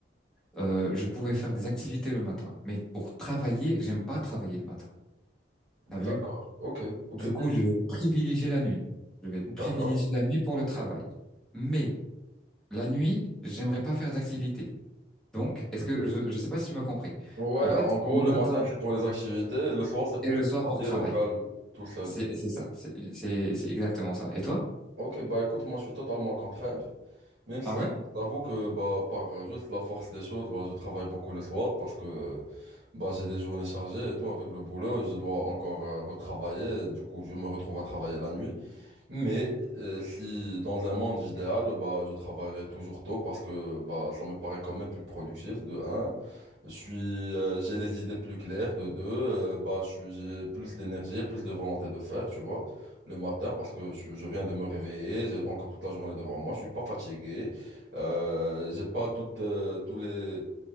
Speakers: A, in the centre; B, on the right.
A: Euh, je pourrais faire des activités le matin, mais pour travailler, j'aime pas travailler le matin.
B: D'accord,
A: T'as vu?
B: ok, ok,
A: Du coup, je vais privilégier la nuit. Je vais privilégier
B: d'accord.
A: la nuit pour le travail. Mais la nuit, j'aimerais pas faire d'activité. Donc, est-ce que je, je sais pas si tu m'as compris.
B: Ouais,
A: En fait,
B: en gros,
A: le
B: le
A: matin
B: matin, c'est pour les activités, le soir, c'est pour
A: et le
B: travailler
A: soir pour travailler.
B: au calme, tout seul.
A: C'est, c'est ça. C'est, c'est, c'est exactement ça. Et toi?
B: Ok, bah écoute, moi, je suis totalement contraire. Même si,
A: Ah ouais?
B: j'avoue que, bah, par juste la force des choses, bah, je travaille beaucoup le soir parce que, bah, j'ai des journées chargées et tout, avec le boulot, je dois encore euh, retravailler. Du coup, je me retrouve à travailler la nuit. Mais euh, si dans un monde idéal, bah, je travaillerai toujours tôt parce que bah, ça me paraît quand même plus productif, de un. Je suis, euh, j'ai les idées plus claires, de deux. euh, bah, je suis, j'ai plus d'énergie, plus de volonté de faire, tu vois, le matin parce que je, je viens de me réveiller, j'ai encore toute la journée devant moi, je suis pas fatigué, euh, j'ai pas toutes, euh, tous les